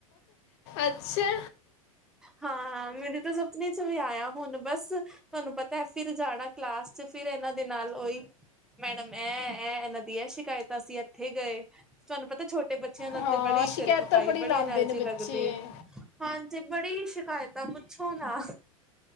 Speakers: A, on the left; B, in the centre.
A: ਅੱਛਾ
B: ਹਾਂ ਮੇਰੀ ਤਾਂ ਸਪਨੀ ਚ ਵੀ ਆਇਆ ਹੁਣ ਬਸ ਤੁਹਾਨੂੰ ਪਤਾ ਫਿਰ ਜਾਣਾ ਕਲਾਸ ਚ ਫਿਰ ਇਹਨਾਂ ਦੇ ਨਾਲ ਉਹੀ ਮੈਡਮ ਐ ਐ ਇਹਨਾਂ ਦੀ ਇਹ ਸ਼ਿਕਾਇਤਾਂ ਅਸੀਂ ਇੱਥੇ ਗਏ ਤੁਹਾਨੂੰ ਪਤਾ ਛੋਟੇ ੇ ਬੱਚਿਆਂ ਨਾਲ
A: ਹਾਂ
B: ਤੇ ਬੜੀ
A: ਸ਼ਿਕਾਇਤਾਂ
B: ਸਿਰਕ ਪਾਈ ਬੜੀ
A: ਲਾਉਂਦੇ
B: ਐਨਰਜੀ
A: ਨੇ
B: ਲੱਗਦੀ
A: ਬੱਚੇ
B: ਹੈ ਹਾਂਜੀ ਬੜੀ ਸ਼ਿਕਾਇਤਾਂ ਪੁੱਛੋ ਨਾ